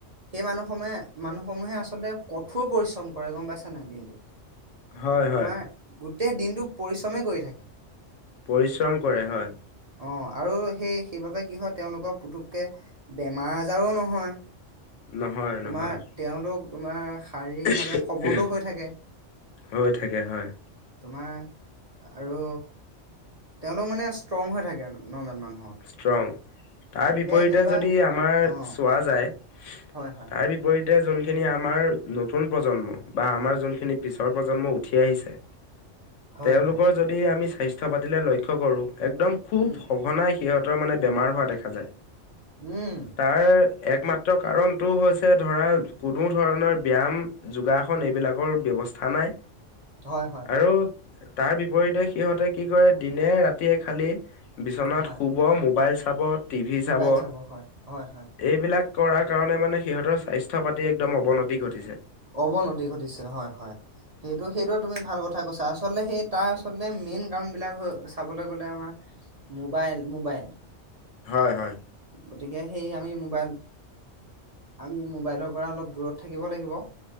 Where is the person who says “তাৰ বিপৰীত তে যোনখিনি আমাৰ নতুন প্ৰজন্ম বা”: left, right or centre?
Left